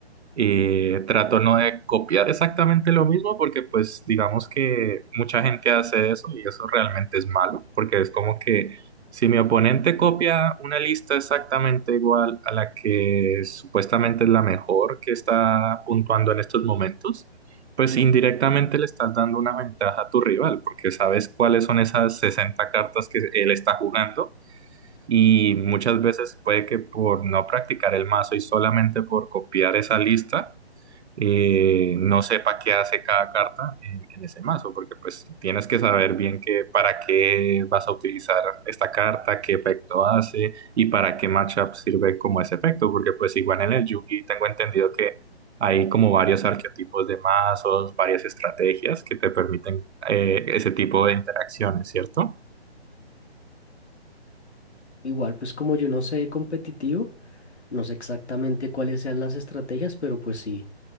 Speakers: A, on the right (about 80°); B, on the left (about 80°).
A: Eh, trato no de copiar exactamente lo mismo porque pues digamos que mucha gente hace eso y eso realmente es malo porque es como que si mi oponente copia una lista exactamente igual a la que supuestamente es la mejor que está puntuando en estos momentos, pues indirectamente le estás dando una ventaja a tu rival porque sabes cuáles son esas 60 cartas que él está jugando. Y muchas veces puede que por no practicar el mazo y solamente por copiar esa lista, eh, no sepa qué hace cada carta en, en ese mazo, porque pues tienes que saber bien qué, para qué vas a utilizar esta carta, qué efecto hace y para qué matchup sirve como ese efecto, porque pues igual en el Yugi tengo entendido que hay como varios arquetipos de mazos, varias estrategias que te permiten eh, ese tipo de interacciones, ¿cierto?
B: Igual, pues como yo no sé competitivo, no sé exactamente cuáles sean las estrategias, pero pues sí,